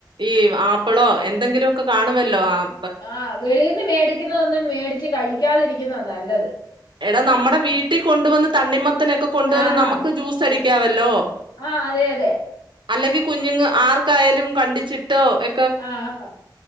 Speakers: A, on the right; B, on the left.
A: ഈ ആപ്പിളോ എന്തെങ്കിലുക്കെ കാണുമല്ലോ. ആഹ്.
B: ആഹ് വെളിയിന്ന് മേടിക്കുന്നതൊന്നും മേടിച്ച് കഴിക്കാതിരിക്കുന്നതാ നല്ലത്.
A: എടാ നമ്മടെ വീട്ടി കൊണ്ടുവന്ന് തണ്ണിമത്തനൊക്കെ കൊണ്ടുവന്ന്
B: ആഹാ
A: നമുക്ക് ജ്യൂസ് അടിക്കാവല്ലോ.
B: ആഹ് അതെ, അതെ.
A: അല്ലെങ്കി കുഞ്ഞുങ്ങ ആർക്കായാലും കണ്ടിച്ചിട്ടോ എ
B: ആഹ്,